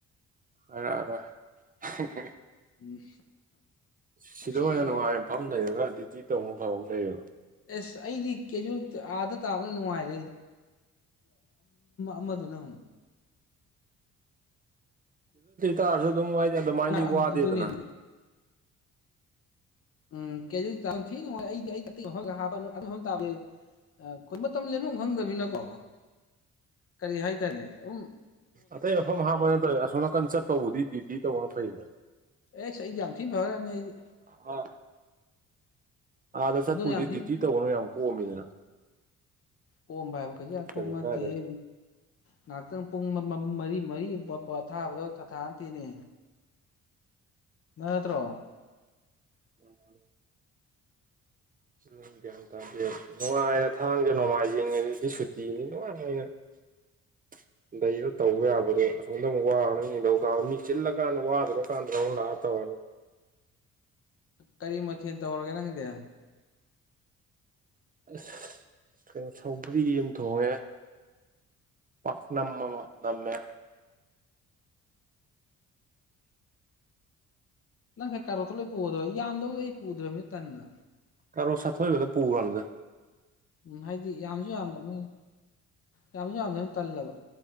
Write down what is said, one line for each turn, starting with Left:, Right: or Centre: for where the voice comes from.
Right: ꯍꯥꯏꯔꯛꯑꯔꯣꯏ꯫
Left: ꯎꯝ
Right: ꯁꯤꯗ
Left: ꯅꯨꯡꯁꯤꯈ꯭ꯔꯕ
Right: ꯑꯣꯏꯅ ꯅꯨꯡꯉꯥꯏꯐꯝ ꯂꯩꯔꯒ ꯗ꯭ꯌꯨꯇꯤ ꯇꯧꯕꯐꯝ ꯐ ꯑꯃ ꯂꯩꯕ꯫
Left: ꯑꯦꯁ ꯑꯩꯗꯤ ꯀꯦꯖ ꯑꯥꯗ ꯇꯥꯕꯅ ꯅꯨꯡꯉꯥꯏꯔꯦ ꯑꯩꯗꯤ꯫ ꯑꯃꯗꯨꯅ꯫
Right: ꯇꯥꯥꯔꯁꯨ ꯑꯗꯨꯝ ꯍꯥꯏꯗꯤ ꯑꯗꯨꯃꯥꯏꯗꯤ
Left: ꯑꯗꯨꯅꯦ
Right: ꯋꯥꯗꯦꯗꯅ꯫
Left: ꯎꯝ ꯀꯦꯖꯤꯗꯤ ꯇꯔꯥꯨꯊꯤ ꯅꯨꯡꯉꯥꯏ ꯑꯩꯗꯤ ꯑꯩꯗꯤꯇꯩꯍꯒ ꯍꯥꯞꯄꯅꯣ ꯑꯗꯨ ꯇꯥꯕꯦ꯫ ꯑꯩꯈꯣꯏ ꯃꯇꯝ ꯂꯦꯝꯐꯝ ꯈꯪꯗꯕꯅꯤꯅꯀꯣ ꯀꯔꯤ ꯍꯥꯏꯇꯥꯔꯦꯅꯦ ꯎꯝ꯫
Right: ꯑꯇꯩ ꯃꯐꯝ ꯍꯥꯝꯕ ꯅꯠꯇꯦ ꯑꯁꯣꯝꯅꯥꯀꯟ ꯆꯠꯄ ꯕꯨꯗꯤ ꯗ꯭ꯌꯨꯇꯤ ꯇꯧꯕꯅ ꯐꯩꯗ꯫
Left: ꯑꯦꯁ ꯑꯩ ꯌꯥꯝ ꯊꯤ ꯐꯈ꯭ꯔꯖꯥꯠꯅꯤ ꯑꯩꯗꯤ꯫
Right: ꯑ꯫ ꯑꯥꯗ ꯆꯠꯄꯨꯗꯤ
Left: ꯑꯗꯨꯅ ꯌꯥꯝ
Right: ꯗ꯭ꯌꯨꯇꯤ ꯇꯧꯕꯅ ꯌꯥꯝ ꯀꯣꯝꯃꯤꯗꯅ꯫
Left: ꯀꯣꯝꯝꯕ ꯍꯥꯏꯕ ꯀꯩꯁꯨ
Right: ꯅꯠꯇ꯭ꯔꯗꯤ
Left: ꯌꯥꯝ ꯀꯣꯝꯕ ꯅꯠꯇꯦꯍꯦ꯫
Right: ꯀꯥꯏꯗꯩ
Left: ꯉꯥꯏꯍꯥꯛꯇꯪ ꯄꯨꯡ ꯃꯔꯤ ꯃꯔꯤ ꯊꯥꯕꯗꯣ ꯊꯥ ꯊꯥꯠꯇꯦꯅꯦ꯫ ꯅꯠꯇ꯭ꯔꯣ꯫
Right: ꯎꯝ꯫ ꯎꯝ <unintelligible> <unintelligible> ꯅꯨꯡꯉꯥꯏꯅ ꯊꯥꯡꯁꯦ ꯅꯣꯡꯃꯥꯏꯖꯤꯡ ꯑꯗꯨꯗꯤ ꯁꯨꯇꯤꯅꯤ ꯅꯨꯡꯉꯥꯏꯅ꯫ <inaudible> ꯂꯩꯔ ꯇꯧꯕ ꯌꯥꯕꯗꯣ ꯑꯁꯣꯝꯗ ꯑꯃꯛ ꯋꯥꯔꯅꯤ ꯅꯤꯡꯊꯧ ꯀꯥꯕ ꯃꯤ ꯆꯤꯜꯂꯀꯥꯟꯗ ꯋꯥꯗꯔꯀꯥꯟꯗ ꯑꯃꯨꯛ ꯂꯥꯛꯑ ꯇꯧꯔꯅꯤ꯫
Left: ꯀꯔꯤ ꯃꯊꯦꯜ ꯇꯧꯔꯒꯦ ꯅꯪꯒꯤꯗꯤ꯫
Right: ꯑꯁ ꯀꯩꯅꯣ ꯁꯧꯒ꯭ꯔꯤ ꯑꯃ ꯊꯣꯡꯉꯦ꯫ ꯄꯛꯅꯃ ꯑꯃ ꯅꯝꯃꯦ꯫
Left: ꯅꯪ ꯉꯥꯁꯥꯏ ꯀꯥꯔꯣꯇ ꯂꯣꯏ ꯄꯨꯗ꯭ꯔꯣ ꯌꯥꯝꯗꯕꯗꯤ ꯑꯩ ꯄꯨꯗ꯭ꯔꯕꯅꯤ ꯇꯟꯗꯅ꯫
Right: ꯀꯔꯣꯠ ꯁꯥꯠꯊꯣꯕꯗ ꯄꯨꯒꯔꯃꯤꯗ꯫
Left: ꯎꯝ ꯍꯥꯏꯗꯤ ꯌꯥꯝꯁꯨ ꯌꯥꯝꯗ꯭ꯔꯕꯅꯤ ꯌꯥꯝꯁꯨ ꯌꯥꯝꯗ꯭ꯔꯕꯅꯤ ꯇꯜꯂꯕ꯫